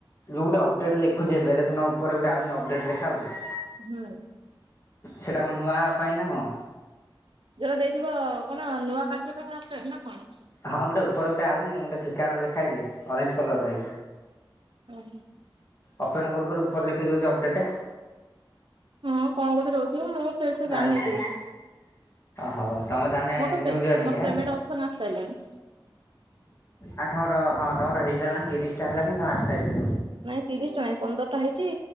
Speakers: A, on the left; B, on the right.
A: ଯୋଉ ଗୁଟେ ଅପଡେଟ ଲେଖୁଚି ଏଵେ ଦେଖୁନ ଉପରେ ଗୁଟେ ଆଉନି ଅପଡେଟ ଲେଖା ହୋଉଚି।
B: ହୁଁ।
A: ସେଟା କଣ ନୂଆ ହଵା ପାଇଁ ନା କଣ।
B: ଯୋଉଟା ଦେଇଥିବ କଣ ନୂଆ କାର୍ଯ୍ୟ ପାଇଁ ଅପଡେଟ ନା କଣ।
A: ହଁ ଗୁଟେ ଉପରେ ଗୁଟେ ଆଉନି ଗୋଟେ ଫିକାର ଲେଖାହେଇକି ଅରେଞ୍ଜ କଲରର।
B: <inaudible>
A: ଓପୋନ୍ କରୁ କରୁ ଉପରେ ଲେଖିଦୋଉଚି ଅପଡେଟ୍।
B: ହଁ କଣ ଗୋଟେ ରହୁଥୁବ ମୁଁ ସେ ବିଷୟରେ ଜାଣିନି
A: ଆଚ୍ଛା
B: ଏତେ କିଛି।
A: ହଉ ତମେ ତାହେଲେ
B: ମୋର ତ
A: ନ୍ୟୁ
B: ପ୍ରେ
A: ଜଏନିଂ
B: ମୋର
A: ଆଁ?
B: ପ୍ରେମେଣ୍ଟ ଅପସନ ଆଶୀ ସା ରିଲାଣି।
A: ଆ ତମର ହଁ ତମର ହେଇସାରିଲାଣି ତିରିଶଟା ହେଲାଣି ମୋର ଆଠଟା ହେଇଛି
B: ନାଇଁ ତିରିଶଟା ନାଇଁ ପନ୍ଦରଟା ହେଇଚି